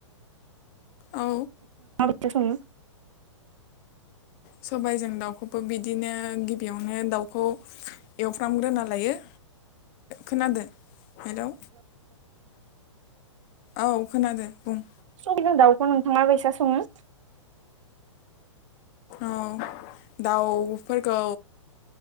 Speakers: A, on the left; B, on the right.
A: औ
B: जों सङो
A: सबायजों दाउखौबो बिदिनो गिबियावनो दाउखौ एव खालामग्रोना लायो खोनादों हेलौ औ खोनादों बुं
B: सबायजों दाउखौ नोंथाङा माबायसा सङो?
A: औ दाउफोरखौ